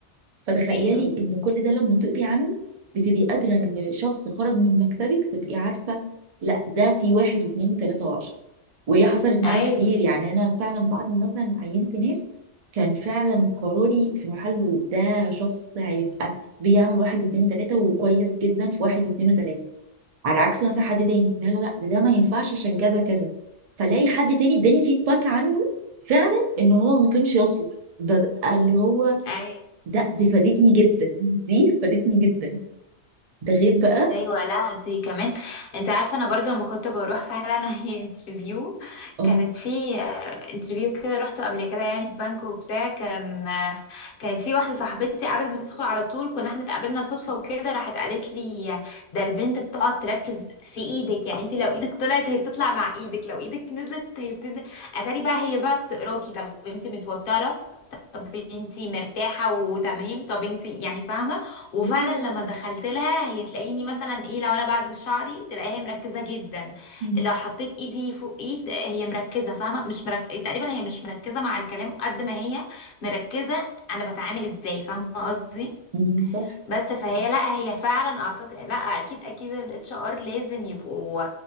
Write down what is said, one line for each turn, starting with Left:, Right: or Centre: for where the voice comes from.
Right: فتخيلي
Left: ايوه
Right: إن كل ده لما تقري عنه بتبقي قادرة إن شخص خرج من مكتبك تبقي عارفة لا ده في واحد واثنين وثلاثة وعشرة وهي حصلت معايا
Left: ايوه
Right: كتير يعني انا فعلا بعد ما مثلا عينت ناس كان فعلا قراري في محله ده شخص هيبقى بيعمل واحد واتنين وتلاته وكويس جدا في واحد واتنين وتلاته على عكس مثلا حد تاني لا لا لا ده ده ما ينفعش عشان كذا كذا فلاقي حد تاني اداني فيدباك عنه فعلا ان هو ما كانش يصلح ببقى اللي هو
Left: ايوه
Right: ده دي فادتني جدا دي فادتني جدا ده غير بقى
Left: ايوه لا دي كمان انت عارفه انا برضو لما كنت بروح فعلا <laughs> هي انترفيو
Right: اه
Left: كانت في انترفيو كده روحته قبل كده يعني في بنك وبتاع كان آه، كانت في واحده صاحبتي قبل ما تدخل على طول كنا احنا اتقابلنا صدفه وكده راحت قالت لي ده البنت بتقعد تركز في ايدك يعني انت لو ايدك طلعت هي بتطلع مع ايدك لو ايدك نزلت هي بتنزل اتاري بقى هي بقى بتقراكي طب انت متوتره طب انتي مرتاحة وتمام طب انتي يعني فاهمة وفعلا
Right: أيوة.
Left: لما دخلت لها هي تلاقيني مثلا ايه لو انا بعدل شعري تلاقيها مركزة جدا
Right: مم.
Left: لو حطيت ايدي فوق ايد هي مركزة فاهمة مش مرك... تقريبا هي مش مركزة مع الكلام قد ما هي مركزة انا بتعامل ازاي فاهمة قصدي
Right: مم، صح
Left: بس فهي لا هي فعلا اعتقد لا اكيد اكيد الاتش ار لازم يبقوا